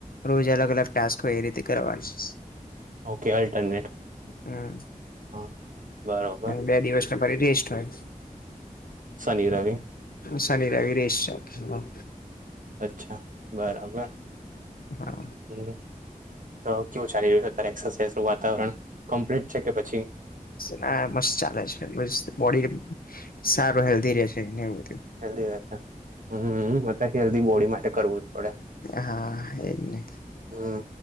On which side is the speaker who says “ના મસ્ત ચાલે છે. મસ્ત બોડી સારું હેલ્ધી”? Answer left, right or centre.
Left